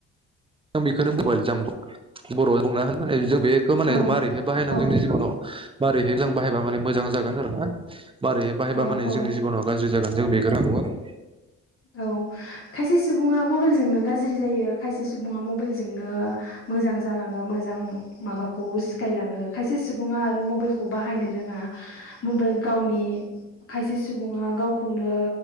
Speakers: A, on the right (about 15°); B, on the left (about 45°).
A: आं बेखौनो मबाइल जामखौ बर'आव बुंना माने जों बेखौ माने
B: औ
A: मारैहै बाहायनांगौ
B: औ
A: जोंनि जिबनाव मारैहैबा बाहायबा माने मोजां जागोन आरो ना मारै बाहायबा
B: औ
A: माने जोंनि
B: औ
A: जिब'नाव गाज्रि जागोन जों बेखौ रोंगौ आरो
B: औ खायसे सुबुङा मबाइलजों नो गाज्रि जायो खायसे सुबुङा मबाइल जों जोंनो मोजां जालांओ मोजां माबाखौ सिखाइ लांओ खाइसे सुबुंआ आरो मबे खौ बाहायनो रोङा मबे गावनि खायसे सुबुङा गावखौनो